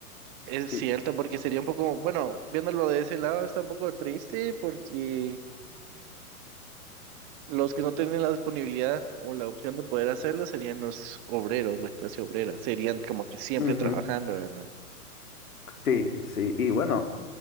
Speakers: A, on the right (about 35°); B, on the left (about 65°).
A: Es
B: Sí,
A: cierto, porque sería un poco, bueno, viéndolo de ese lado está un poco triste porque los que no tienen la disponibilidad o la opción de poder hacerlo serían los obreros, la clase obrera. Serían como que siempre
B: ujú,
A: trabajando, ¿verdad?
B: sí, sí. Y bueno.